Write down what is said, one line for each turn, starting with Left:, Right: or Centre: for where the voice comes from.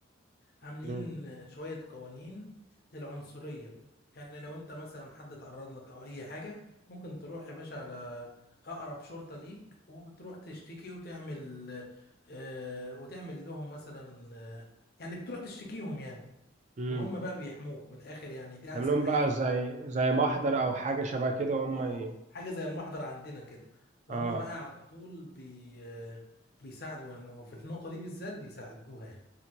Left: عاملين
Right: مم.
Left: شوية قوانين للعنصرية يعني لو انت مثلا حد اتعرض لك او اي حاجة ممكن تروح يا باشا على اقرب شرطة ليك وتروح تشتكي وتعمل آه وتعمل لهم مثلا آه يعني بتروح تشتكيهم يعني
Right: مم.
Left: وهم بقى بيحموك من الاخر يعني دي
Right: يعملهم
Left: احسن حاجة
Right: بقى
Left: في
Right: زي زي محضر او حاجة شبه كده وهم
Left: اه
Right: ي...
Left: حاجة زي المحضر عندنا كده وهم
Right: اه
Left: بقى على طول بي آه بيساعدوا يعني وفي النقطة دي بالذات بيساعدوها يعني